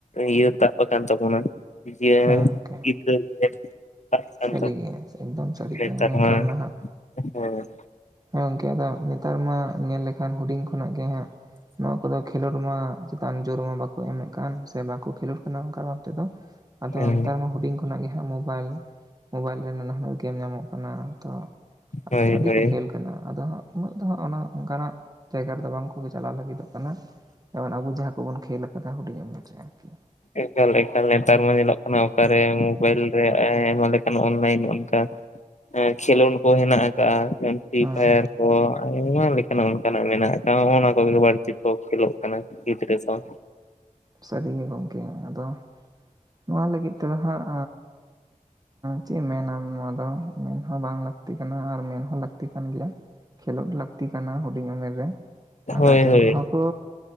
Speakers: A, on the left; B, on the right.
A: ᱤᱭᱟᱹ ᱛᱟᱵ ᱟᱠᱟᱱ ᱛᱟᱵᱚᱱᱟ᱾ ᱤᱭᱟᱹ
B: ᱦᱮᱸ ᱜᱚᱝᱠᱮ
A: ᱜᱤᱫᱽᱨᱟᱹ ᱩᱢᱮᱨ ᱛᱟᱰᱠᱟᱱ
B: ᱥᱟᱹᱨᱤ ᱜᱮ ᱮᱠᱫᱚᱢ ᱥᱟᱹᱨᱤ
A: ᱱᱮᱛᱟᱨ
B: ᱜᱮ ᱢᱮᱱᱠᱷᱟᱱ
A: ᱢᱟ,
B: ᱱᱟᱦᱟᱜ
A: ᱦᱮᱸ,
B: ᱦᱮᱸ ᱜᱚᱝᱠᱮ ᱟᱫᱚ ᱱᱮᱛᱟᱨ ᱢᱟ ᱧᱮᱞ ᱞᱮᱠᱷᱟᱱ ᱦᱩᱰᱤᱧ ᱠᱷᱚᱱᱟᱜ ᱜᱮ ᱦᱟᱸᱜ ᱱᱚᱣᱟ ᱠᱚᱫᱚ ᱠᱷᱮᱞᱳᱰ ᱢᱟ ᱪᱮᱛᱟᱱ ᱡᱳᱨ ᱢᱟ ᱵᱟᱠᱚ ᱮᱢᱮᱫ ᱠᱟᱱ ᱥᱮ ᱵᱟᱠᱚ ᱠᱷᱮᱞᱳᱰ ᱠᱟᱱᱟ ᱚᱱᱠᱟ ᱵᱷᱟᱵ ᱛᱮ ᱫᱚ᱾ ᱟᱫᱚ
A: ᱦᱮᱸ
B: ᱱᱮᱛᱟᱨ ᱢᱟ ᱦᱩᱰᱤᱧ ᱠᱷᱚᱱᱟᱜ ᱜᱮ ᱦᱟᱸᱟᱜ ᱢᱳᱵᱟᱭᱤᱞ᱾ ᱢᱳᱵᱟᱭᱤᱞ ᱨᱮ ᱱᱟᱱᱟ ᱦᱩᱱᱟᱹᱨ ᱜᱮᱢ ᱧᱟᱢᱚᱜ ᱠᱟᱱᱟ ᱛᱚ
A: ᱦᱳᱭ
B: ᱟᱠᱤ ᱟᱹᱰᱤ
A: ᱦᱳᱭ
B: ᱠᱚ ᱠᱷᱮᱞ ᱟᱫᱚ ᱦᱟᱸᱜ ᱩᱱᱟᱹᱜ ᱫᱚ ᱦᱟᱸᱜ ᱚᱱᱟ ᱚᱱᱠᱟᱱᱟᱜ ᱡᱟᱭᱜᱟ ᱨᱮᱫᱚ ᱵᱟᱝ ᱠᱚ ᱪᱟᱞᱟᱣ ᱞᱟᱹᱜᱤᱫᱚᱜ ᱠᱟᱱᱟ ᱡᱮᱢᱚᱱ ᱟᱵᱚ ᱡᱟᱦᱟᱸ ᱠᱚᱵᱚᱱ ᱠᱷᱮᱞ ᱟᱠᱟᱫᱟ ᱦᱩᱰᱤᱧ ᱩᱢᱮᱨ ᱨᱮ ᱟᱨᱠᱤ᱾
A: ᱮᱠᱟᱞ, ᱮᱠᱟᱞ, ᱱᱮᱛᱟᱨ ᱢᱟ ᱧᱮᱞᱚᱜ ᱠᱟᱱᱟ ᱚᱠᱟᱨᱮ ᱢᱳᱵᱟᱭᱤᱞ ᱨᱮ ᱟᱭᱢᱟ ᱞᱮᱠᱟᱱ ᱚᱱᱞᱟᱭᱤᱱ ᱚᱱᱠᱟ, ᱠᱷᱮᱞᱳᱸᱰ ᱠᱚ ᱦᱮᱱᱟᱜ ᱟᱠᱟᱜᱼᱟ ᱯᱷᱨᱤ
B: ᱦᱮᱸ
A: ᱯᱷᱟᱭᱟᱨ, ᱚ ᱟᱭᱢᱟ ᱞᱮᱠᱟᱱᱟᱜ ᱚᱱᱠᱟᱱᱟᱜ ᱢᱮᱱᱟᱜ ᱟᱠᱟᱫᱟ ᱚᱱᱟ ᱠᱚᱜᱮ ᱵᱟᱹᱲᱛᱤ ᱠᱚ ᱠᱷᱮᱞᱳᱜ ᱠᱟᱱᱟ᱾ ᱜᱤᱫᱽᱨᱟᱹ ᱥᱟᱶ ᱾
B: ᱥᱟᱹᱨᱤᱜᱮ ᱜᱚᱢᱠᱮ ᱟᱫᱚ ᱱᱚᱣᱟ ᱞᱟᱹᱜᱤᱫ ᱛᱮᱫᱚ ᱦᱟᱸᱜ ᱪᱮᱫ ᱢᱮᱱᱟᱢ ᱱᱚᱣᱟ ᱫᱚ ᱢᱮᱱ ᱦᱚᱸ ᱵᱟᱝ ᱞᱟᱹᱠᱛᱤ ᱠᱟᱱᱟ ᱟᱨ ᱢᱮᱱ ᱦᱚᱸ ᱞᱟᱹᱠᱛᱤ ᱠᱟᱱ ᱜᱮᱭᱟ ᱾ ᱠᱷᱮᱞᱳᱰ ᱞᱟᱹᱠᱛᱤ ᱠᱟᱱᱟ ᱦᱩᱰᱤᱧ ᱩᱢᱮᱨ ᱨᱮ ᱾
A: ᱦᱳᱭ
B: ᱜᱟᱨᱡᱮᱱ
A: ᱦᱳᱭ
B: ᱠᱚᱦᱚᱸ ᱠᱚ